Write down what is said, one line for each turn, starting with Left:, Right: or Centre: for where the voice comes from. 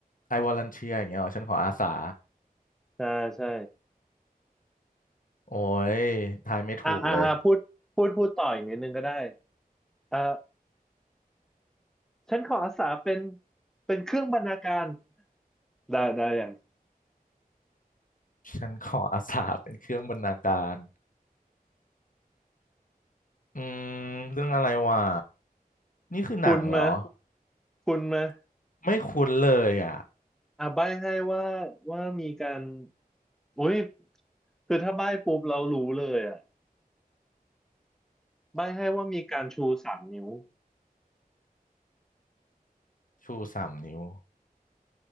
Left: I volunteer อย่างเงี้ยเหรอฉันขออาสา
Centre: ใช่ใช่
Left: โอ้ยทายไม่ถูกเลย
Centre: อ่าอ่าอ่าพูดพูดพูดต่ออีกนิดนึงก็ได้เอ่อฉันขออาสาเป็นเป็นเครื่องบรรณาการได้ได้อย่าง
Left: ฉันขออาสาเป็นเครื่องบรรณาการอืมเรื่องอะไรวะนี่คือหนังเหรอ
Centre: คุณมาคุณมา
Left: ไม่คุ้นเลยอ่ะ
Centre: อ่าใบ้ให้ว่าว่ามีการอุ้ยคือถ้าใบ้ปุ๊บเรารู้เลยอ่ะใบ้ให้ว่ามีการชูสามนิ้ว
Left: ชูสามนิ้ว